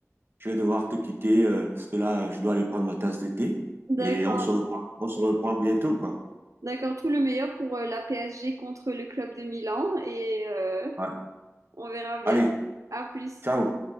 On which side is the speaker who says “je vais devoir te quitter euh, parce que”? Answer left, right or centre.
Right